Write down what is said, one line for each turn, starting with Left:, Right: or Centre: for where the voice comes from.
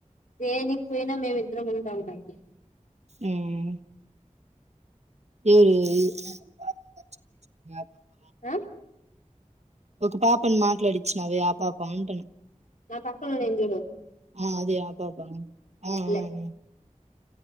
Left: దేనిక్పొయిన మేమిద్దరము. అవునండీ
Right: ఉమ్ <unintelligible>
Left: ఆ?
Right: ఒక పాప మాట్లాడిచ్చినవ ఆ పాప ఆటున
Left: నా పక్కన నజూడ
Right: ఆ అదే అప్పాప్పా ఆ
Left: అప్పుడే
Right: ఆ